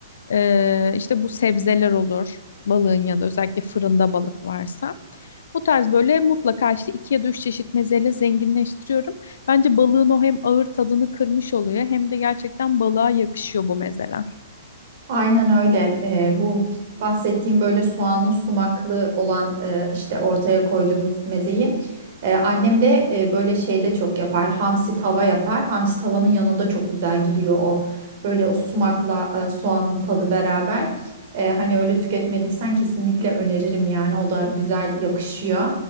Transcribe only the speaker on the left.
E, işte bu sebzeler olur balığın yanında özellikle fırında balık varsa. Bu tarz böyle mutlaka işte iki ya da üç çeşit mezeyle zenginleştiriyorum. Bence balığın o hem ağır tadını kırmış oluyor hem de gerçekten balığa yakışıyor bu mezeler.